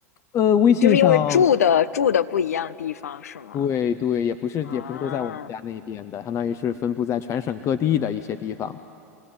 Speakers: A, on the left (about 35°); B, on the left (about 75°).
A: 呃微信上，
B: 就是因为住的住的不一样地方，是吗？
A: 对对，也不是也不是都在我们家那边的，
B: 啊，
A: 相当于是分布在全省各地的一些地方。